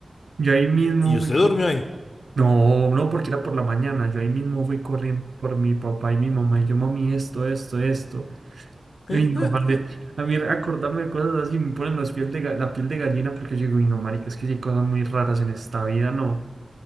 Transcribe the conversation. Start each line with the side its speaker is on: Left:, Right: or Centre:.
Right: Yo ahí mismo
Left: ¿y
Right: fui.
Left: usted durmió ahí?
Right: No, no, porque era por la mañana. Yo ahí mismo fui corriendo por mi papá y mi mamá. Y yo, mami, esto, esto, esto.
Left: <laughs>
Right: Y no, vale. A mí acordarme de cosas así me ponen los piel de, ga- la piel de gallina porque yo digo, y no, marica, es que sí hay cosas muy raras en esta vida, no.